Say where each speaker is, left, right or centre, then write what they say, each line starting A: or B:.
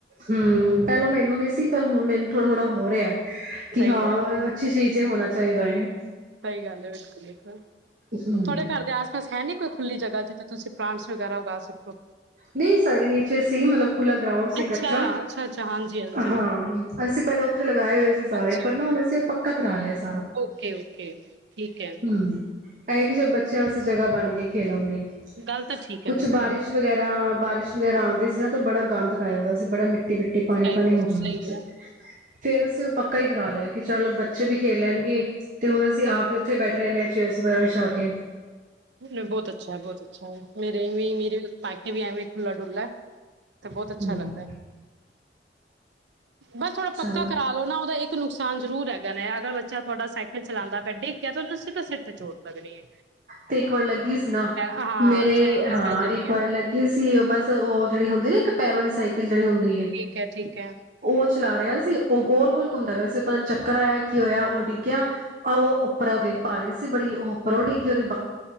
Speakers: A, on the right; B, on the right.
A: ਹੂੰ ਪਹਿਲੋਂ ਮੈਨੂੰ ਨੀ ਸੀ ਪਰ ਹੁਣ ਮੈਨੂ ਥੋੜ-ਥੋੜਾ ਹੋ ਰਿਹਾ। ਕਿ?
B: ਸਹੀ
A: ਹਾਂ,
B: ਹੈ
A: ਅੱਛੀ ਚੀਜ਼ ਹੈ ਹੋਣਾ। ਚਾਹੀਦਾ ਹੈ।
B: ਸਹੀ ਗੱਲ ਹੈ, ਬਿਲਕੁਲ-ਬਿਲਕੁਲ
A: ਹਮ
B: ਤੁਹਾਡੇ ਘਰ ਦੇ ਆਸ-ਪਾਸ ਹੈ ਨੀ ਕੋਈ ਖੁੱਲੀ ਜਗ੍ਹਾ, ਜਿੱਥੇ ਤੁਸੀਂ? ਪ੍ਰਾਂਲਟਸ ਵਗੈਰਾ ਉਗਾ ਸਕੋ।
A: ਨੀ, ਸਾਡੇ ਨੀਚੇ ਸੀ ਮਤਲਬ ਖੁੱਲਾ ਗਰਾਉਂਡ ਸੀ
B: ਅੱਛਾ,
A: ਇੱਕ ਕੱਚਾ,
B: ਅੱਛਾ-ਅੱਛਾ, ਹਾਂਜੀ-ਹਾਂਜੀ,
A: ਹਾਂ ਅਸੀਂ ਪਹਿਲੇ ਉੱਥੇ ਲਗਾਏ ਹੋਏ ਸੀ ਸਾਰੇ
B: ਅੱਛਾ,
A: ਪਰ ਨਾ ਹੁਣ ਅਸੀਂ ਪੱਕਾ ਕਰਾ ਲਿਆ ਸੀ।
B: ਓਕੇ-ਓਕੇ, ਠੀਕ ਹੈ।
A: ਹਮ ਇਹ ਕਿ ਜ ਬੱਚਿਆਂ ਵਾਸਤੇ ਜਗ੍ਹਾ ਬਣ ਗਈ ਖੇਲਣ ਦੀ।
B: ਗੱਲ ਤਾਂ ਠੀਕ
A: ਕੁਛ
B: ਹੈ ਬਿਲਕੁਲ।
A: ਬਾਰਿਸ਼ ਵਗੈਰਾ ਬਾਰਿਸ਼ ਵਗੈਰਾ ਆਉਂਦੀ ਸੀ ਨਾ ਤੇ ਬੜਾ ਗੰਦ ਪੈ ਜਾਂਦਾ ਸੀ ਬੜਾ ਮਿੱ ਮਿੱਟੀ-ਮਿੱਟੀ, ਪਾਣੀ-ਪਾਣੀ
B: ਸਹੀ ਹੈ,
A: ਹੋ ਜਾਦਾ
B: ਸਹੀ
A: ਸੀ। ਫੇਰ ਅਸੀਂ ਉਹ ਪੱਕਾ ਹੀ ਕਰਾ ਲਿਆ ਕਿ ਚਲ ਬੱਚੇ ਵੀ ਖੇਲ ਲੈਣਗੇ ਤੇ ਹੁਣ ਅਸੀਂ ਆਪ ਹੀ ਉੱਥੇ ਬੈਠੇ ਰਹਦੇ ਹ ਚੇਅਰ ਵਗੈਰਾ ਵਿਛਾ ਕੇ
B: ਨਹੀਂ, ਬਹੁਤ ਅੱਛਾ ਹੈ, ਬਹੁਤ ਅੱਛਾ ਹੈ। ਮੇਰੇ ਵੀ ਮੇਰੇੇ ਪੇਕੇ ਵੀ ਐਵੇਂ ਖੁੱਲ <unintelligible> ਤੇ, ਬਹੁਤ
A: ਹਮ
B: ਅੱਛਾ ਲੱਗਦਾ ਹੈ। ਬਸ ਥੋੜਾ
A: ਚਲੋ
B: ਪੱਕਾ ਕਰਾਾਲਓ ਨਾ ਉਹਦਾ ਇੱਕ ਨੁਕਸਾਨ ਜ਼ਰੂਰ ਹੈਗਾ ਨੇ ਅਗਰ ਬੱਚਾ ਤੁਹਾਡਾ ਸਾਈਕਲ ਚਲਾਉਂਦਾ ਪਿਆ ਡਿੱਗ ਗਿਆ ਤੇ ਉਹਨੂੰ ਸੀਧਾ ਸਿਰ ਤੇ ਚੋਟ ਲੱਗਣੀ ਹੈ।
A: ਤੇ ਇੱਕ ਵਾਰ ਲੱਗੀ ਸੀ ਨਾ
B: ਹਾਂ,
A: ਮੇਰੇ
B: ਛਰੀਟਾ
A: ਹਾਂ
B: ਪੈ ਜਾਣੀਆਂ,
A: ਇੱਕ ਵਾਰ ਲੱਗੀ ਸੀ ਉਹ ਬਸ ਉਹ ਜਿਹੜੇ ਹੁੰਦੇ ਨਾ ਪੈੋਡਲ ਵਾਲੀ ਸਾੲਕਿੰਲ ਹੁੰਦੀ ਹੈ,
B: ਠੀਕ ਠੀਕ ਹੈ,
A: ਉਹ ਚਲਾ ਰਿਹਾ ਸੀ। ਉਹ ਗੋਲ-ਗੋਲ ਘੁੰਮਦਾਇਆ ਪੇਆ ਸੀ ਪਤਾ ਚੱਕਰ ਆਇਆ ਕੀ ਹੋਇਆ ਉਹ ਡਿੱਗਿਆ ਉਹ ਉੱਪਰ ਉਹਦੇ ਪਾ ਰਹੇ ਸੀ ਬੜੀ ਉਹ ਪਰੋਟੀ ਕਯੋ?